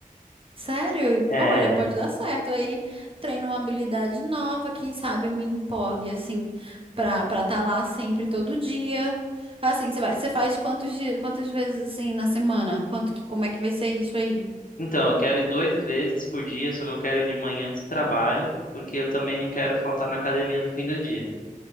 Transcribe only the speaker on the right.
Sério, e
olha, pode dar certo. Aí treino uma habilidade nova, quem sabe eu me empolgue, assim, pra, para estar lá sempre, todo dia. Assim, você vai, você faz quantos dias, quantas vezes, assim, na semana? Quanto que, como é que vai ser isso aí?